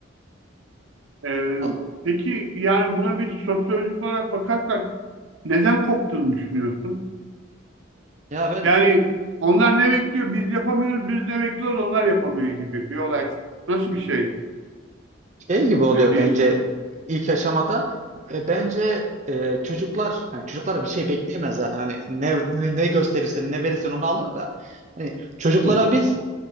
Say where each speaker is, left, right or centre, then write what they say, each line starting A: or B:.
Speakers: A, on the right; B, on the right.
A: Ee,
B: Ha-
A: peki yani buna bir sosyolojik olarak bakarsak Neden koptuğunu düşünüyorsun?
B: Ya ben
A: Yani onlar ne bekliyor? Biz yapamıyoruz, biz ne bekliyoruz? Onlar yapamıyor gibi bir olay. Nasıl bir şey?
B: şey gibi oluyor
A: E, bilirsin.
B: bence
A: ki.
B: ilk aşamada. E, bence e, çocuklar yani çocuklar bir şey bekleyemez zaten. Hani ne, ne, ne gösterirsen ne verirsen onu alır da. Hani çocuklara
A: Hı hı.
B: biz